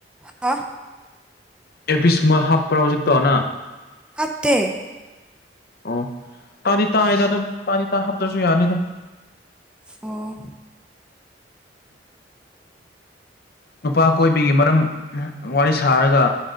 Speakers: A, in the centre; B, on the left (about 60°).
A: ꯍꯥ
B: ꯑꯦꯌꯔꯄꯤꯁꯀꯨꯝꯕ ꯍꯥꯞꯄ꯭ꯔꯥ ꯍꯧꯖꯤꯛꯇꯣ ꯅ
A: ꯍꯥꯞꯇꯦ
B: ꯑꯣ ꯇꯥꯗꯤ ꯇꯥꯏꯗ ꯑꯗꯨꯝ ꯇꯥꯗꯤ ꯇꯥ ꯍꯥꯞꯇ꯭ꯔꯖꯨ ꯌꯥꯅꯤꯗꯥ
A: ꯑꯣ
B: ꯅꯨꯄꯥ ꯀꯣꯏꯕꯤꯒꯤ ꯃꯔꯝ ꯋꯥꯔꯤ ꯁꯥꯔꯒ